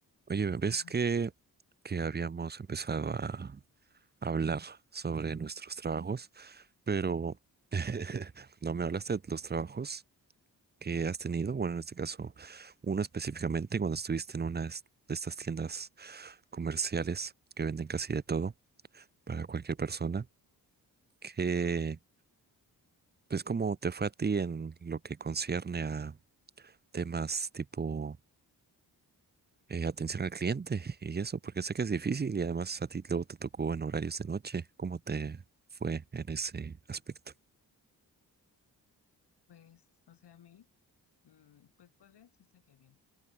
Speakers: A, on the right; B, on the left.
A: Oye, ¿ves
B: No,
A: que,
B: es-
A: que habíamos empezado a hablar sobre nuestros trabajos? Pero <laughs> no me hablaste de los trabajos que has tenido. Bueno, en este caso, uno específicamente cuando estuviste en una de est- de estas tiendas comerciales que venden casi de todo para cualquier persona. Que, pues, ¿cómo te fue a ti en lo que concierne a temas tipo... eh, atención al cliente y eso, porque sé que es difícil y además a ti luego te tocó en horarios de noche. ¿Cómo te fue en ese aspecto?
B: pues, o sea, a mí, mm, pues podría decirse que bien,